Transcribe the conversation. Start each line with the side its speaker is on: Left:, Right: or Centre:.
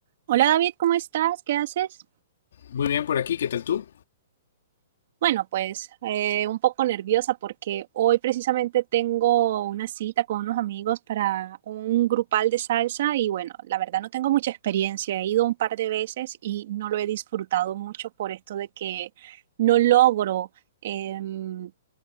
Right: Hola David, ¿cómo estás? ¿Qué haces?
Left: Muy bien por aquí, ¿qué tal tú?
Right: Bueno, pues eh, un poco nerviosa porque hoy precisamente tengo una cita con unos amigos para un grupal de salsa y bueno, la verdad no tengo mucha experiencia, he ido un par de veces y no lo he disfrutado mucho por esto de que no logro em,